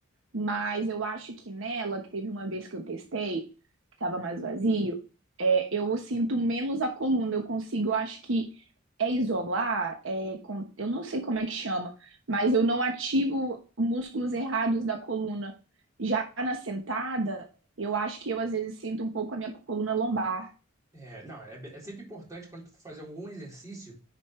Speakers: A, on the right; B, on the right.
A: Mas eu acho que nela, que teve uma vez que eu testei, que estava mais vazio, é, eu sinto menos a coluna. Eu consigo, eu acho que é isolar, é, con- eu não sei como é que chama, mas eu não ativo músculos errados da coluna. Já na sentada, eu acho que eu às vezes sinto um pouco a minha coluna lombar.
B: É, não, é, é sempre importante quando tu for fazer algum exercício,